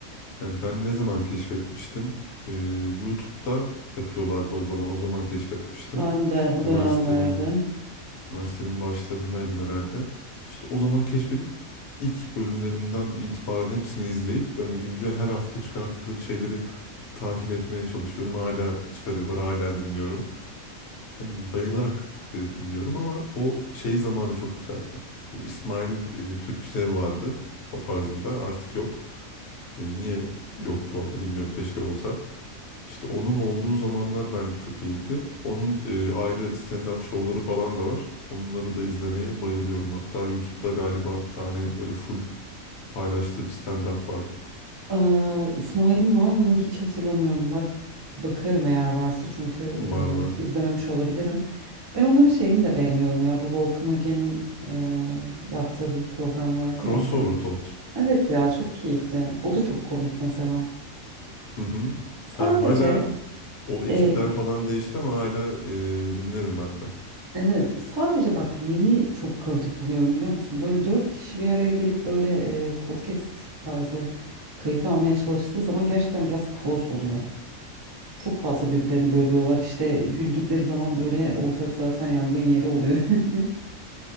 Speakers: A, on the left; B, on the right.
A: Yani ben ne zaman keşfetmiştim? Ee, YouTube'da yapıyorlardı o zaman. O zaman keşfetmiştim.
B: Ben de
A: İşte
B: o
A: üniversitenin
B: dönemlerde.
A: Üniversitenin başlarındaydım herhalde. İşte o zaman keşfedip ilk bölümlerinden itibaren hepsini izleyip yani güncel her hafta çıkardıkları şeyleri takip etmeye çalışıyorum. Hala çıkarıyorlar, hala dinliyorum. Yani bayılarak e, dinliyorum ama o şey zamanı çok güzeldi. Bu İsmail e, Türküsev vardı. O tarz mı da artık yok. E, niye yok bu arada bilmiyorum keşke olsa. İşte onun olduğu zamanlar bence çok iyiydi. Onun e, ayrı stand-up şovları falan da var. Onları da izlemeye bayılıyorum. Hatta YouTube'da galiba bir tane böyle full paylaştığı bir stand-up vardı.
B: Aa, İsmail'im var mı? Hiç hatırlamıyorum. Bak bakarım eğer varsa çünkü
A: Var var.
B: e, izlememiş olabilirim. Ben onların şeyini de beğeniyorum ya. Bu Volkan Öge'nin eee, yaptığı bir program vardı
A: Crossover
B: ya. Birlik...
A: Talks.
B: Evet ya çok keyifli. O da çok komik mesela.
A: Hı hı.
B: Sadece
A: Ben hala o ekipler
B: eee,
A: falan değişti ama hala e, dinlerim ben de.
B: evet sadece bak neyi çok kaotik buluyorum biliyor musun? Böyle dört kişi bir araya gelip böyle eee, podcast tarzı kayıt almaya çalıştığı zaman gerçekten biraz kaos oluyor. Çok fazla birbirlerini bölüyorlar. İşte güldükleri zaman böyle ortak zaten yangın yeri oluyor. <laughs> yani.